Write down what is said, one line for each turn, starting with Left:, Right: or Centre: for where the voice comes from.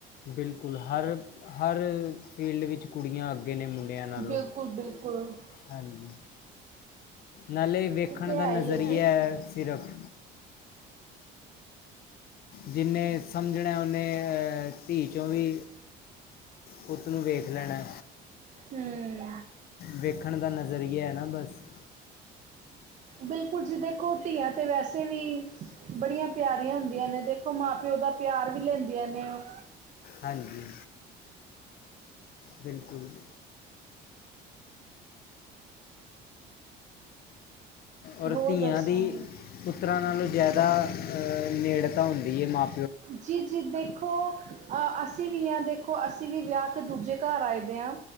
Left: ਬਿਲਕੁਲ ਹਰ, ਹਰ ਫੀਲਡ ਵਿੱਚ ਕੁੜੀਆਂ ਅੱਗ ਅੱਗੇ ਨੇ ਮੁੰਡਿਆਂ ਨਾਲੋਂ,
Right: ਬਿਲਕੁਲ-ਬਿਲਕੁਲ
Left: ਹਾਂਜੀ ਨਾਲੇ ਵੇਖਣ
Right: ਇਹ ਤੇ
Left: ਦਾ
Right: ਹੈ
Left: ਨਜ਼ਰੀਆ
Right: ਹੀ ਹੈ ਜੀ।
Left: ਸਿਰਫ। ਜਿੰਨੇ ਸਮਝਣਾ ਉਨੇ, ਧੀ ਚੋਂ ਵੀ ਪੁੱਤ ਨੂੰ ਵੇਖ ਲੈਣਾ।
Right: ਹਮ।
Left: ਵੇਖਣ ਦਾ ਨਜ਼ਰੀਆ ਨਾ ਬਸ।
Right: ਬਿਲਕੁਲ ਜੀ ਦੇਖੋ ਧੀਆਂ ਤੇ ਵੈਸੇ ਵੀ। ਬੜੀਆਂ ਪਿਆਰੀਆਂ ਹੁੰਦੀਆਂ ਨੇ ਦੇਖੋ, ਮਾਂ-ਪਿਓ ਦਾ ਪਿਆਰ ਵੀ ਲੈਂਦੀਆਂ ਨੇ ਉਹ।
Left: ਹਾਂਜੀ। ਬਿਲਕੁਲ ਜੀ। ਔਰ
Right: ਹੋਰ
Left: ਧੀਆਂ
Right: ਦੱਸੋ?
Left: ਦੀ ਪੁੱਤਰਾਂ ਨਾਲੋਂ ਜ਼ਿਆਦਾ ਨੇੜਤਾ ਹੁੰਦੀ ਏ। ਮਾਂ-
Right: ਜੀ-ਜੀ ਦੇਖੋ ਅਹ ਅਸੀ ਵੀ ਹ ਦੇਖੋ। ਅਸੀ ਵੀ ਵਿਆਹ ਕੇ ਦੂਜੇ ਘਰ ਆਏ ਵੇ ਹਾਂ।